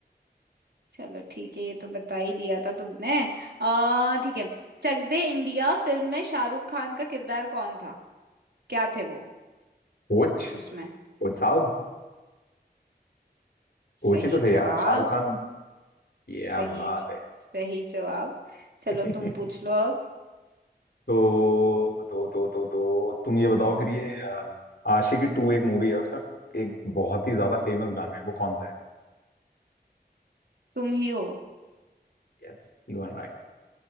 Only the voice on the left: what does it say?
कोच
कोच साहब कोच
ही तो थे
यार शाहरुख खान क्या
बात है
<laughs>
तो तो तो तो तो तुम ये बताओ फिर ये अ, आशिकी टू एक मूवी है उसका एक बहुत ही ज्यादा फेमस गाना है वो कौन सा है
Yes you are